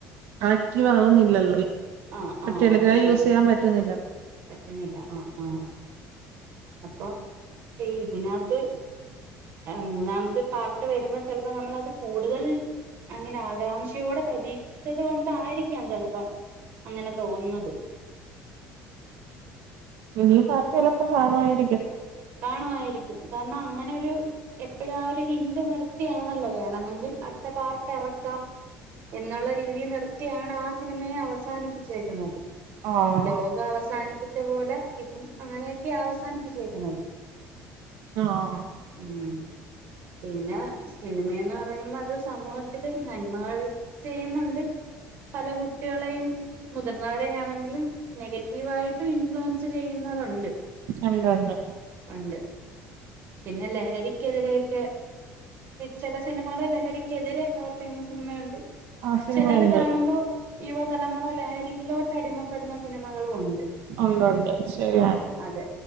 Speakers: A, on the right; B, on the right.
A: ആക്റ്റീവ് ആവുന്നില്ലല്ലോ. ഇപ്പ
B: ആ ആ
A: ടെലഗ്രാം
B: അതാണ്
A: യൂസ് ചെയ്യാൻ പറ്റുന്നില്ല.
B: പറ്റുന്നില്ല. ആഹ് ആഹ് അപ്പൊ ഈ ഇതിനിത്ത് മൂന്നാമത്തെ പാർട്ട് വരുമ്പോൾ ചിലപ്പോ നമ്മളത് കൂടുതൽ അങ്ങനെ ആകാംക്ഷയോടെ പ്രതീക്ഷിച്ചത് കൊണ്ടായിരിക്കാം ചിലപ്പം അങ്ങനെ തോന്നുന്നത്.
A: ഇനി പാർട്ട് ചിലപ്പം കാണുവായിരിക്കും.
B: കാണുവായിരിക്കും. കാരണം അങ്ങനെ ഒരു എപ്പോഴും ആഹ് ഒരു ഹിൻ്റ് നിർത്തിയാണല്ലോ വേണമെങ്കിൽ അടുത്ത പാർട്ട് എറക്കാം. എന്നുള്ള രീതിയിൽ നിർത്തിയാണ് ആഹ് സിനിമയും അവസാനിപ്പിച്ചേക്കുന്നത്.
A: ആഹ്
B: ലോക അവസാനിപ്പിച്ച പോലെ ഇതും അങ്ങനെയൊക്കെയാ അവസാനിപ്പിച്ചേക്കുന്നത്.
A: ആഹ് ആഹ്
B: ഉം പിന്നെ സിനിമയെന്ന് പറയുമ്പോ അത് സമൂഹത്തില് നന്മകൾ ചെയ്യുന്നുണ്ട് പല കുട്ടികളെയും മുതിർന്നവരെ ആണെങ്കിലും നെഗറ്റീവായിട്ടും ഇൻഫ്ലുവൻസ് ചെയ്യുന്നതുണ്ട്.
A: ഉണ്ട് ഉണ്ട്.
B: ഉണ്ട്. പിന്നെ ലഹരിക്കെതിരെയൊക്കെ ചെല സിനിമകള് ലഹരിക്കെതിരെ പ്രവർത്തിക്കുന്ന സിനിമയുണ്ട്.
A: ആ സിനിമയുണ്ട്
B: ചിലത് കാണുമ്പോ യുവതലമുറ ലഹരിയിലോട്ട് അടിമ പ്പെടുന്ന സിനിമകളും ഉണ്ട്.
A: ഉണ്ടുണ്ട് ശരിയാണ്
B: അതെ